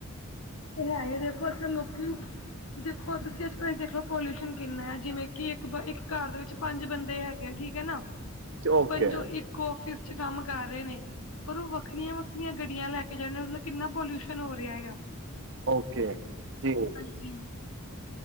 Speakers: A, on the left; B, on the right.
A: ਤੇ ਹੈ ਹੀ ਦੇਖੋ ਇੱਥੇ ਲੋਕੀ ਦੇਖੋ ਤੁਸੀਂ ਅੱਜ ਕਲ ਦੇਖ ਲਓ ਪੋਲਿਊਸ਼ਨ ਕਿੰਨਾ ਹੈ ਜਿਵੇਂ ਕਿ ਇੱਕ ਇੱਕ ਘਰ ਦੇ ਵਿੱਚ ਪੰਜ ਬੰਦੇ ਹੈਗੇ ਠੀਕ ਹੈ ਨਾ
B: ਓਕੇ
A: ਪੰਜੋ ਇੱਕ ਇਕ ਆਫ਼ਿਸ ਚ ਕੰਮ ਕਰ ਰਹੇ ਨੇ ਪਰ ਉਹ ਵੱਖਰੀਆਂ ਵੱਖਰੀਆਂ ਗੱਡੀਆਂ ਲੈ ਕੇ ਜਾਦੇ ਮਤਲਬ ਕਿੰਨਾ ਪੋਲਿਊਸ਼ਨ ਹੋ ਰਿਹਾ ਹੈ
B: ਓਕੇ ਜੀ
A: ਹਾਂਜੀ